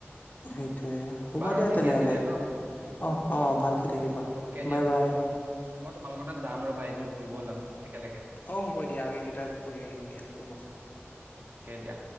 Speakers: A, on the left; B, on the right.
A: সেইটোয়ে হ'ব
B: বাৰু
A: দিয়া
B: ঠিকে
A: তেনেহলে
B: আছে দিয়া ন
A: অ' অ' ভালকে থাকিবা
B: অকে দিয়া
A: বাই বাই।
B: মই তোমাক মই তোমালোকৰ তাত যাম ৰবা এদিন ফুৰিব ওলাম। একেলগে
A: অ' হ'ব দিয়া আমি দুটা ফুৰি আহিম দিয়া হব অ'
B: অকে দিয়া